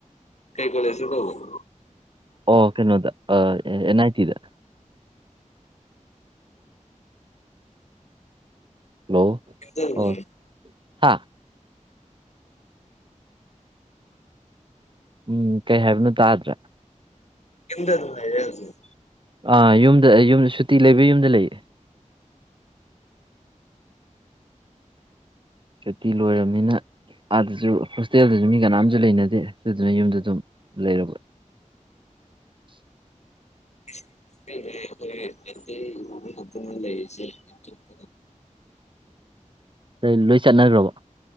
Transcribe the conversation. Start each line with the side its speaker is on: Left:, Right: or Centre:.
Left: ꯀꯩ ꯀꯣꯂꯦꯁ ꯇ ꯇꯧꯕ
Right: ꯑꯣ ꯀꯩꯅꯣꯗ ꯑꯦꯟ ꯑꯥꯏ ꯇꯤꯗ ꯍꯜꯂꯣ
Left: <unintelligible>
Right: ꯑꯣ ꯍꯥ ꯎꯝ ꯀꯩ ꯍꯥꯏꯕꯅꯣ ꯇꯥꯗ꯭ꯔꯦ
Left: ꯌꯨꯝꯗ ꯑꯗꯨꯝ ꯂꯩꯔꯦ ꯍꯧꯖꯤꯛ
Right: ꯑꯥ ꯌꯨꯝꯗ ꯌꯨꯝꯗ ꯁꯨꯇꯤ ꯂꯩꯕꯩ ꯌꯨꯝꯗ ꯂꯩꯌꯦ ꯁꯨꯇꯤ ꯂꯣꯏꯔꯕꯅꯤꯅ ꯑꯥꯗꯁꯨ ꯍꯣꯁꯇꯦꯜꯗꯨꯁꯨ ꯃꯤ ꯀꯅꯥꯁꯨ ꯂꯩꯅꯗꯦ ꯑꯗꯨꯗꯨꯅ ꯌꯨꯝꯗ ꯑꯗꯨꯝ ꯂꯩꯔꯕ <inaudible>
Left: <unintelligible>
Right: ꯅꫭꯏ ꯂꯣꯏ ꯆꯠꯅꯈ꯭ꯔꯕꯣ